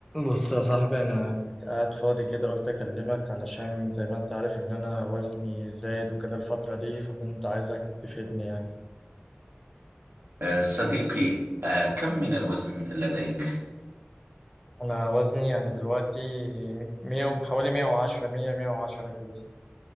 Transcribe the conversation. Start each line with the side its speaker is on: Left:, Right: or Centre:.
Centre: بص يا صاحبي انا كنت قاعد فاضي كده قلت اكلمك علشان زي ما انت عارف ان انا وزني زايد وكده الفترة دي فكنت عايزك تفيدني يعني
Right: آه، صديقي آه، كم من الوزن لديك؟
Centre: انا وزني يعني دلوقتي ميت- مية و- حوالي 110 100 110 كده